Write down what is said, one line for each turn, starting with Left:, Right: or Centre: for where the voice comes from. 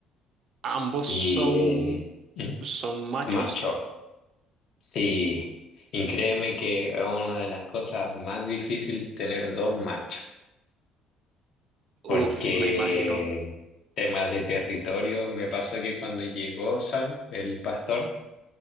Right: Ambos
Left: Y
Right: son,
Left: eh, ¿Mm?
Right: son machos.
Left: macho, sí. Y créeme que es una de las cosas más difíciles tener dos machos. porque
Right: Uf, me imagino.
Left: temas de territorio, me pasó que cuando llegó Sam, el pastor,